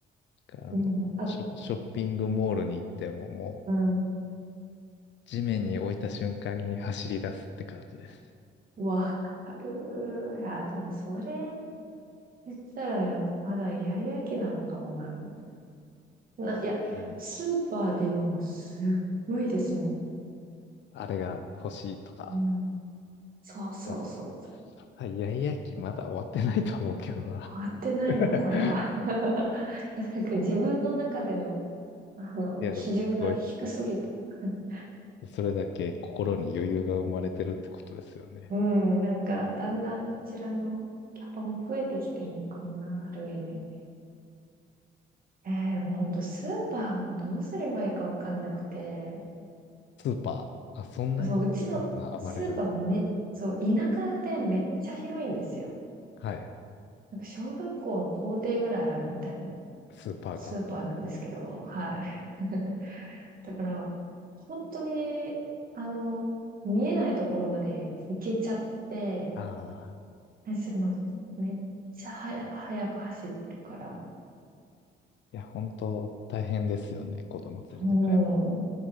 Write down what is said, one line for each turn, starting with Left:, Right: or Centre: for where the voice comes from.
Left: か、あの、
Right: うん、あ、
Left: ショ、ショッピングモールに行ってももう、
Right: うん。
Left: 地面に置いた瞬間に走り出すって感じです。
Right: わかる。いや、でもそれ言ったらや、まだイヤイヤ期なのかもな。な、いや、
Left: うん。
Right: スーパーで今もうすっごいですもん。
Left: あれが欲しいとか。
Right: うん。そうそうそう。
Left: いや、あ、イヤイヤ期まだ終わってないと思うけどな。
Right: 回ってないな、
Left: <laughs>
Right: これは。<laughs> いや、なんか自分の中での、あの、
Left: いや、
Right: 基準が低すぎて。
Left: でも、すごい。
Right: <laughs>
Left: それだけ心に余裕が生まれてるってことですよね。
Right: うん、なんか、だんだんこちらのキャパも増えてきてるのかもな、ある意味。えー、でも本当スーパーをどうすればいいかわかんなくて、
Left: スーパー、あ、そんなにスーパー暴れる。
Right: そう、うちのスーパーめ、そう、田舎でめっちゃ広いんですよ。
Left: はい、
Right: なんか小学校の校庭ぐらいあるみたいな
Left: スーパーが。
Right: スーパーなんですけど、はい。<laughs> だから、本当に、あの、見えないところまで行けちゃって、
Left: ああ、
Right: それもめっちゃはや早く走るから、
Left: いや、本当大変ですよね、子供連れて買い物。
Right: うん、